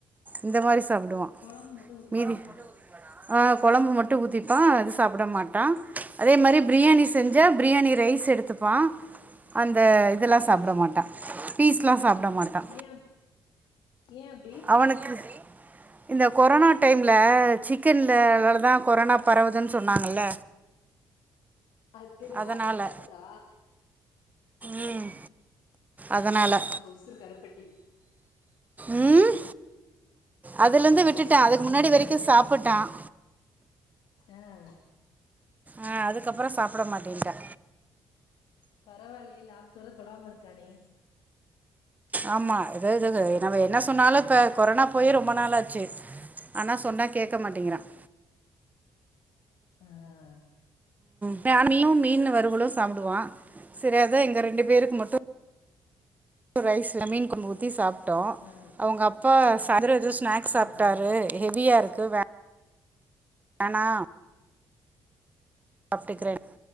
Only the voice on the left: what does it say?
கொழம்பு மட்டும் உத்திக்குவானா
ஆ
ஆ
ஏன் ஏன் அப்படி
அது சரி
அத பாத்துட்டா
பாத்துங்க உசர் கருப்பட்டி
உசுரு
கருப்பட்டி
இப்பவே
ஆஹ்
பரவாயலையே லாஸ்ட் வர தொடாம இருக்கானே
ஆஹ்
ஆ
ஆ
ஆ